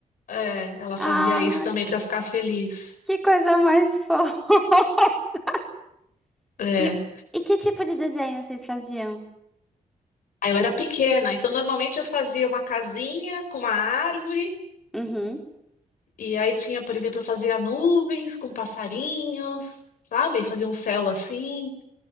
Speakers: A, on the left (about 85°); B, in the centre.
A: É, ela
B: Ai,
A: fazia isso também pra eu ficar feliz.
B: que coisa mais fofa. <laughs>
A: É.
B: E, e que tipo de desenho vocês faziam?
A: Aí eu era pequena, então normalmente eu fazia uma casinha com uma árvore,
B: Uhum.
A: e aí tinha, por exemplo, eu fazia nuvens com passarinhos, sabe? Fazia um céu assim,